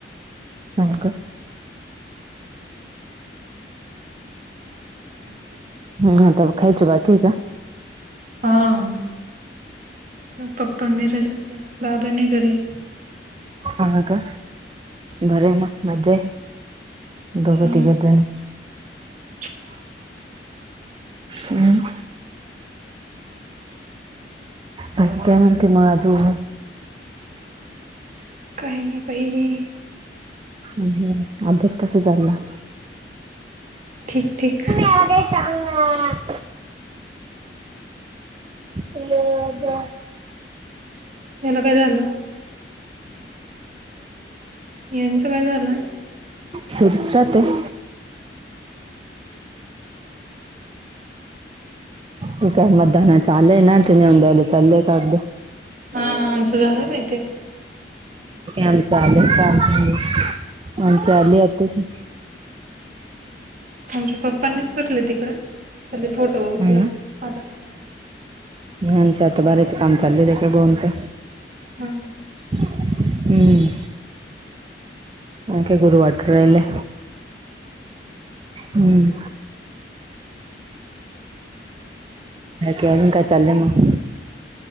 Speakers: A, on the right; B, on the right.
A: ह का
B: अ्
A: ह त खयच बा ठीक आहे
B: हा पप्प मेराजच आहे दादाने घरी
A: आ का बरे म मजा दोग
B: हा
A: त गजन
B: <inaudible>
A: हम् बाकी काय म्हणते मगं अजून?
B: काहीही बाई.
A: हम्म, हम्म! अभ्यास कसा चालला?
B: ठीक ठीक.
A: े <inaudible> <inaudible> हम्म! <unintelligible>
B: याला काय झालं यांचं काय झालं
A: सुरूच राहतोय हे काय मदानाच आलय ना ते नेऊन दयायला चाललंय कागद
B: हा आमचं झालं माहिती आहे
A: आमच अलय कागद आमच अलय अत्ताशी
B: आमच्या पप्पांनीच पोचलय तिकडे पण ते फोटो वगैरे
A: हो
B: लागते आधार कार्ड
A: ह्यांच आता बऱ्याच काम चाललय रेका बोनचं
B: <inaudible>
A: हम्म आणि काय बर वाटून रायलय हम्म बाकी अजून काय चालले मग